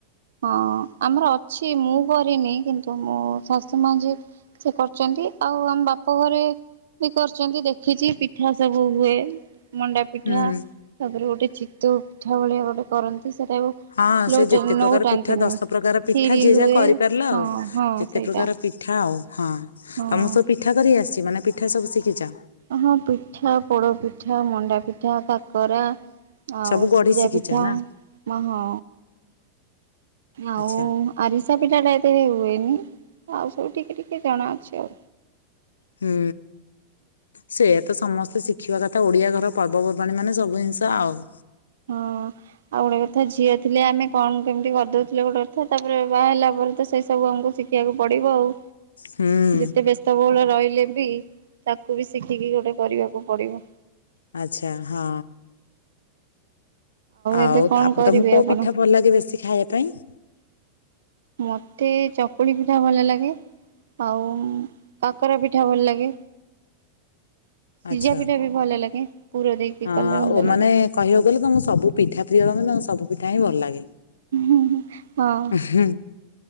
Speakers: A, on the right (about 70°); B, on the left (about 80°).
A: ହଁ ଆମର ଅଛି ମୁଁ କରିନି କିନ୍ତୁ ମୋ ଶାଶୁ ମାଆ ଯିଏ ସେ କରୁଛନ୍ତି। ଆଉ ଆମ ବାପ ଘରେ ବି କରୁଛନ୍ତି ଦେଖିଛି ପିଠା ସବୁ ହୁଏ। ମଣ୍ଡା ପିଠା
B: ହୁଁ।
A: ତା ପରେ ଗୋଟେ ଚିତଉ ପିଠା ଭଳିଆ ଗୋଟେ କରନ୍ତି ସେଟାକୁ
B: ହଁ ସେ
A: ଲଉଟା
B: ଯେତେ ପ୍ରକାର
A: ନଉଟାନ୍ତିନି
B: ପିଠା ଦଶ ପ୍ରକାର ପିଠା
A: ଖିରି
B: ଯିଏ
A: ହୁଏ
B: ଯାହା କରିପାରିଲ
A: ହଁ
B: ଆଉ।
A: ହଁ
B: ଯେତେ
A: ସେଇଟା
B: ପ୍ରକାର ପିଠା ଆଉ। ହଁ
A: ହଁ
B: ତମକୁ ସବୁ ପିଠା କରି ଆସିଛି ମାନେ ପିଠା ସବୁ ଶିଖିଛ?
A: ହଁ ପିଠା ପୋଡ ପିଠା, ମଣ୍ଡା ପିଠା, କାକରା ଆଉ
B: ସବୁ
A: ସିଜା
B: ଗଢି ଶିଖିଛ
A: ପିଠା
B: ନା
A: ମାହଁ ଆଉ
B: ଆଚ୍ଛା।
A: ଆରିସା ପିଠା ଟା ଏତେ ହୁଏନି ଆଉ ସବୁ ଟିକେ ଟିକେ ଜଣା ଅଛି ଆଉ।
B: ହୁଁ। ସେୟା ତ ସମସ୍ତେ ଶିଖିବା କଥା ଓଡିଆ ଘର ପର୍ବପର୍ବାଣି ମାନେ ସବୁ ଜିନିଷ ଆଉ।
A: ହଁ। ଆଉ ଗୋଟେ କଥା ଝିଅ ଥିଲେ ଆମେ କଣ କେମିତି କରିଦଉଥିଲେ ଗୋଟେ କଥା। ତା ପରେ ବାହା ହେଲା ପରେ ତ ସେଇ ସବୁ ଆମକୁ ଶି ଶିଖିବାକୁ ପଡିବ ଆଉ
B: ହୁଁ
A: ଯେତେ ବେସ୍ ତ ବହୁଳ ରହିଲେ ବି ତାକୁ ବି ଶିଖିକି ଗୋଟେ କରିବାକୁ ପଡିବ।
B: ଆଚ୍ଛା ହଁ। ଆଉ
A: ଏବେ କଣ
B: ତା ପରେ
A: କରିବେ
B: ତମକୁ କୋଉ
A: ଆପଣ?
B: ପିଠା ଭଲ ଲାଗେ ବେଶୀ ଖାଇବା ପାଇଁ?
A: ମତେ ଚକୁଳି ପିଠା ଭଲ ଲାଗେ। ଆଉ କାକରା ପିଠା ଭଲ ଲାଗେ। ସିଝା
B: ଆଚ୍ଛା।
A: ପିଠା ବି ଭଲ ଲାଗେ ପୁର ଦେଇକି
B: ହଁ
A: କଲେ ଭଲ
B: ଓ ମାନେ
A: ଲାଗେ।
B: କହିବାକୁ ଗଲେ ତମକୁ ସବୁ ପିଠା ପ୍ରିୟ ତମ ସବୁ ପିଠା ହିଁ ଭଲ ଲାଗେ।
A: ହୁଁ ହୁଁ ହଁ।
B: ଉଁ ହୁଁ।